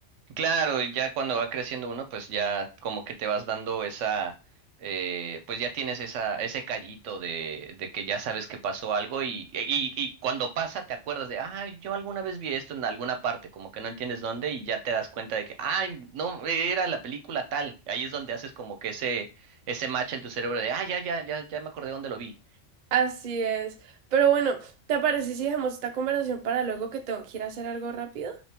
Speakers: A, on the right; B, on the right.
A: Claro, y ya cuando va creciendo uno, pues ya como que te vas dando esa, eh, pues ya tienes esa, ese callito de, de que ya sabes que pasó algo y, y, y cuando pasa te acuerdas de, ah, yo alguna vez vi esto en alguna parte, como que no entiendes dónde y ya te das cuenta de que, ay, no, era la película tal. Ahí es donde haces como que ese, ese match en tu cerebro de, ah, ya, ya, ya, ya me acordé dónde lo vi.
B: Así es. Pero bueno, ¿te parece si dejamos esta conversación para luego que tengo que ir a hacer algo rápido?